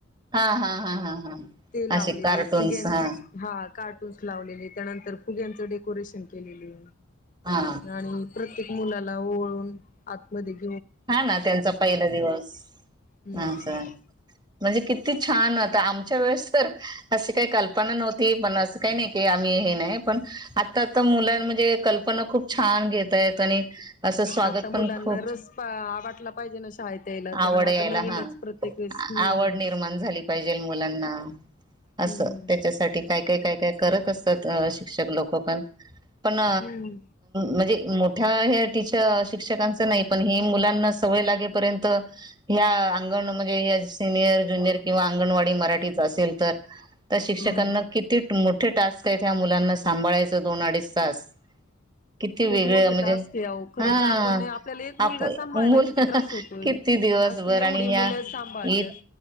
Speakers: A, on the right (about 20°); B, on the left (about 40°).
A: हा हा हा हा हा
B: ते लावलेले
A: असे कार्टून्स
B: फुग्यां
A: हा
B: हा कार्टून्स लावलेले त्यानंतर फुग्यांच डे डेकोरेशन केलेली.
A: हा
B: आणि प्रत्येक मुलाला ओवाळून आतमध्ये दे
A: हा ना त्यांचा पहिला दिवस
B: हम्म
A: अस, म्हणजे किती छान होता आमच्या वेळेस तर अशी काही कल्पना नव्हती पण असं काही नाही. की आम्ही हे नाही पण आता आता मुलां म्हणजे कल्पना खूप छान घेत येत आणि असं स्वागत
B: आता मुलांना
A: पण खूप
B: रस वाटला पाहिजे ना शाळेत यायला त्यामुळे
A: आवड
B: आता
A: यायला
B: नवीनच
A: हा,
B: प्रत्येक वेळेस हम्म
A: आवड निर्माण झाली पाहिजे. मुलांना अस
B: हम्म
A: त्याच्यासाठी काय काय काय काय करत अस शिक्षक लोक पण पण
B: हम्म
A: म्हणजे मोठ्या हे त शिक्षकांच नाही पण हे मुलांना सवय लागेपर्यंत... ह्या अंगण म्हणजे ह सिनियर ज्युनियर किंवा अंगणवाडी मराठीच असेल तर... तर शिक्षकांना
B: हम्म
A: किती मोठे टास्क आहेत्या मुलांना सांभाळायचं दोन अडीच... तास किती वेगळ
B: खूप मोठे
A: म्हणजे
B: टास्क आहे अहो खरंच
A: हा...
B: आपण आपल्याला एक
A: आप
B: मुलगा सांभाळायला
A: मुलं
B: किती त्रास होतोय.
A: किती दिवसभर
B: आज ती एवढी
A: आणि या
B: मुलं सांभाळत्यात.
A: इ